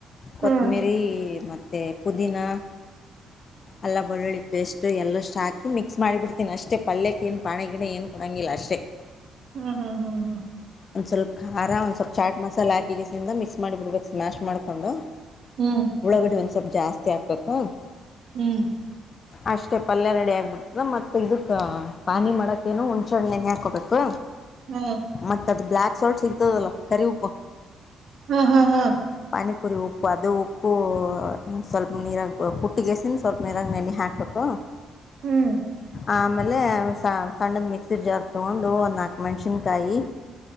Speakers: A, on the left; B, on the right.
A: ಕೊತ್ತಂಬಿರಿ
B: ಹ್ಮ್
A: ಮತ್ತೆ ಪುದೀನಾ ಎಲ್ಲ ಬಳ್ಳಳ್ಳಿ ಪೇಸ್ಟು ಎಲ್ಲಷ್ಟು ಹಾಕಿ ಮಿಕ್ಸ್ ಮಾಡಿಬಿಡ್ತೀನಿ ಅಷ್ಟೇ ಪಲ್ಯಕ್ಕ ಏನು ಪಾಣ ಗಿಡ ಏನು ಕೊಡೋಂಗಿಲ್ಲ ಅಷ್ಟೇ
B: ಹಾ ಹಾ ಹಾ ಹಾ
A: ಒಂದು ಸ್ವಲ್ಪ ಖಾರ ಒಂದು ಸ್ವಲ್ಪ ಚಾಟ್ ಮಸಾಲೆ ಹಾಕಿಗೆಸಿಂದ ಮಿಕ್ಸ್ ಮಾಡಿ ಬಿಡ್ಬೇಕು ಸ್ಮ್ಯಾಶ್ ಮಾಡ್ಿಕೊಂಡು
B: ಹ್ಮ್
A: ಉಳ್ಳಗಡೆ ಒಂದು ಸ್ವಲ್ಪ ಜಾಸ್ತಿ ಹಾಬೇಕಾ
B: ಹ್ಮ್
A: ಅಷ್ಟೇ ಪಲ್ಯ ರೆಡಿ ಆಗ್ಬಿಡ್ತದ ಮತ್ತು ಇದಕ್ಕೆ ಪಾನಿ ಮಾಡೋಕ್ಕೇನು ಹುಣ್ಚ್ಣೆನೇ ಹಾಕೋಬೇಕು
B: ಹ್ಮ
A: ಮತ್ತ ಅದ್ ಬ್ಲ್ಯಾಕ್ ಸಾಲ್ಟ್ ಸಿಗ್ತದಲ್ಲ ಕರಿ ಉಪ್ಪು
B: ಹಾ ಹಾ ಹಾ
A: ಪಾನಿಪುರಿ ಉಪ್ಪು ಅದು ಉಪ್ಪು ಸ್ವಲ್ಪ ನೀರಾಗ ಕುಟ್ಟಿಗೆಸಿನ ಸ್ವಲ್ಪ ನೀರಾಗ ನೆನೆ ಹಾಕಬೇಕು
B: ಹ್ಮ್
A: ಆಮೇಲೆ ಸ ಸಣ್ಣದ ಮಿಕ್ಸಿರ್ ಜಾರ್ ತೊಗೊಂಡು ಒಂದು ನಾಲ್ಕು ಮೆಣಸಿನ್ಕಾಯಿ